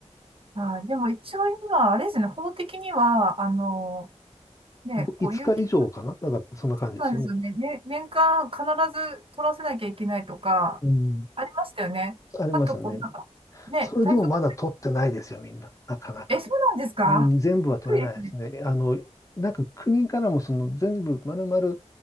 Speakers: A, on the right; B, on the left.
A: はいでも一応今、あれですね、法的には、あの、ね、
B: ご5日以上かななんかそんな感じですよね。
A: こう、有給そうなんですよね。ね、年間必ず取らせなきゃいけないとか、
B: うん、
A: ありましたよね。
B: ありましたね。
A: あと、こう、なんか、ね、
B: それでもまだ取ってないですよ、
A: 退職の、
B: みんな。なかなか。
A: え、そうなんですかびっくりですね。
B: うん、全部は取れないですね。あの、なんか国からもその全部丸々